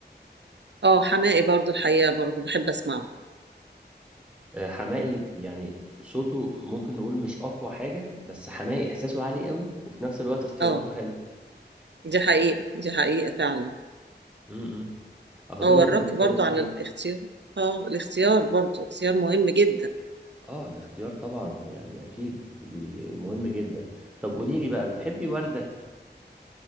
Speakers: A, on the right; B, in the centre.
A: اه حماقي برضو الحقيقة برضو بحب أسمعه
B: آه، حماقي يعني صوته ممكن نقول مش اقوى حاجة بس حماقي احساسه عالي قوي وفي نفس الوقت اختياراته
A: اه
B: حلو
A: دي حقيقة دي حقيقة فعلا
B: امم اهو ده
A: هو
B: اللي
A: الرك
B: احنا بنتكلم
A: برضو على
B: فيه
A: الاختيار اه الاختيار برضو اختيار مهم جدا
B: اه الاختيار طبعا يعني اكيد بي- مهم جدا طب قولي لي بقى بتحبي وردة